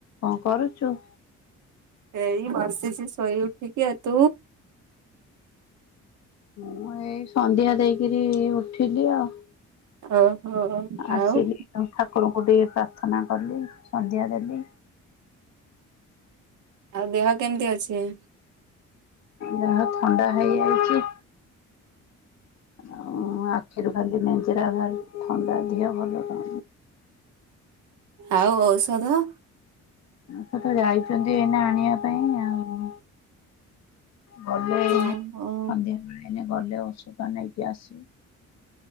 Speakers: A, on the left; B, on the right.
A: କଣ କରୁଛୁ?
B: ଏଇ ବସିଛି ଶୋଇ ଉଠିକି ଆଉ ତୁ?
A: ମୁଁ ଏଇ ସନ୍ଧ୍ୟା ଦେଇକିରି ଉଠିଲି ଆଉ।
B: ଓହୋ
A: ଆସିଲି
B: ଆଉ।
A: ଠାକୁରଙ୍କୁ ଟିକେ ପ୍ରାର୍ଥନା କଲି ସନ୍ଧ୍ୟା ଦେଲି।
B: ଆଉ ଦେହ କେମିତି ଅଛି?
A: ଦେହ ଥଣ୍ଡା ହେଇଯାଇଛି। ଆଉ ଆଖିରୁ ଖାଲି ନେଜେରା ଥଣ୍ଡା ଦେହ ଭଲ କ
B: ଆଉ ଔଷଧ?
A: ସେ ତ ଯାଇଛନ୍ତି ଏଇନା ଆଣିବା ପାଇଁ ଆଉ ଗଲେ ଏଇନେ
B: ଓହୋ
A: ସନ୍ଧ୍ୟାବେଳେ ଗଲେ ଔଷଧ ନେଇକି ଆସିବୁ।